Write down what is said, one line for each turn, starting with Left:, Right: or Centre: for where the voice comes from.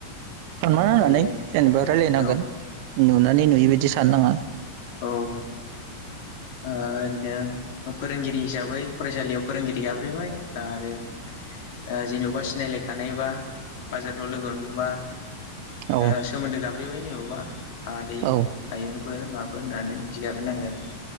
Right: सनमान
Left: ओमफ्रायो
Right: होनानै जेनेबा रायलायनांगोन।
Left: औ
Right: नुनानै नुयैबायायदि सान नाङा
Left: ओ औ ओ ओरैनो फोरोंगिरि हिसाबै फरायसालियाव फोरोंगिरि गाबज्रिबाय आरो ओ जेनेबा सिनायलायखानायबा बाजारफ्राव लोगो मोनबा
Right: औ
Left: ओ सोमोन्दो गाब्रैबाय जेनेबा आदै
Right: ओ
Left: आयुंफोर माबाफोर होननानै थिगाब नांगोन <unintelligible>